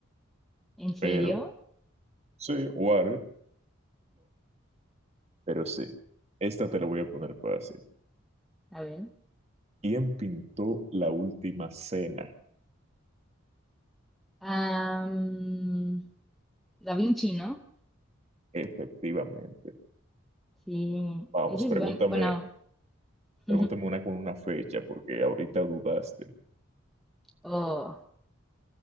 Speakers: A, in the centre; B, on the right.
A: ¿En serio?
B: pero sí, water, Pero sí, esta te la voy a poner fácil.
A: A ver.
B: ¿Quién pintó la última cena?
A: Ah, mm, Da Vinci, ¿no?
B: Efectivamente.
A: Sí,
B: Vamos,
A: ese
B: pregúntame,
A: es bueno, bueno,
B: pregúntame
A: <laughs>
B: una con una fecha, porque ahorita dudaste.
A: oh,